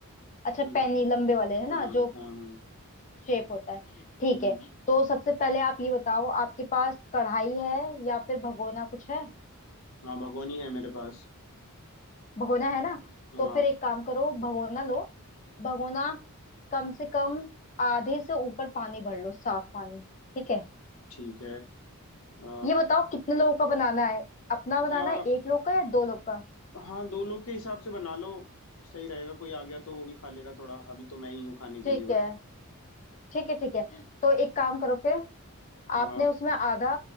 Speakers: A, on the left; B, on the left.
A: अच्छा
B: हम्म,
A: पैनी लंबे वाले है
B: हाँ
A: ना जो
B: हाँ हाँ
A: शेप होता है ठीक
B: हम्म
A: है तो सबसे पहले आप ये बताओ आपके पास कढ़ाई है या फिर भगोना कुछ है
B: हाँ भगोनी है मेरे पास
A: भगोना है ना
B: हाँ
A: तो फिर एक काम करो भगोना लो भगोना कम से कम आधे से ऊपर पानी भर लो साफ पानी ठीक है
B: ठीक है आ,
A: ये बताओ कितने लोगों का बनाना है अपना बनाना
B: आ,
A: है एक लोग का या दो लोग का
B: हाँ दो लोग के हिसाब से बना लो सही रहेगा कोई आ गया तो वो भी खा लेगा थोड़ा अभी तो मैं ही हूँ खाने के
A: ठीक
B: लिए बस
A: है ठीक है ठीक है तो एक काम करो फिर
B: हाँ
A: आपने
B: हाँ
A: उसमें आधा